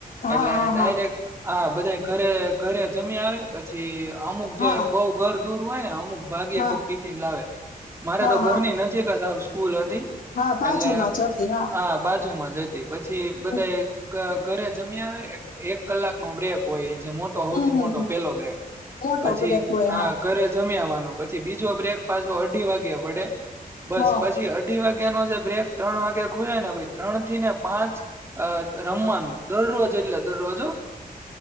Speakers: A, on the left; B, on the right.
A: હા
B: એટલે
A: હા
B: ડાયરેક
A: હા
B: હા બધા ઘરે ઘરે જમી આવે. પછી અમુક જે
A: હા
B: બહુ ઘર દૂર હોય ને અમુક ભાગ્યે
A: હા
B: કોક ટિફિન લાવે મારે
A: હા
B: તો
A: હા
B: ઘરની નજીક જ આવ સ્કૂલ હતી.
A: હા બાજુમાં
B: એટલે
A: જતી
B: હા બાજુમાં જ હતી. પછી બધાં
A: હમ
B: ઘ ઘરે જમી આવે એક કલાક નો બ્રેક હોય જે મોટ સૌથી
A: હમ હમ
B: મોટો
A: હમ
B: પહેલો બ્રેક
A: મોટો
B: પછી
A: બ્રેક હોય
B: આ
A: હા
B: ઘરે જમી આવવાનું પછી બીજો બ્રેક પાછો અઢી વાગે પડે બસ
A: હા
B: પછી અઢી વાગે ન જે બ્રેક ત્રણ વાગે ખુલે ને ત્રણ થી ને પાંચ અ રમવાનું દરરોજ એટલે દરરોજ હ,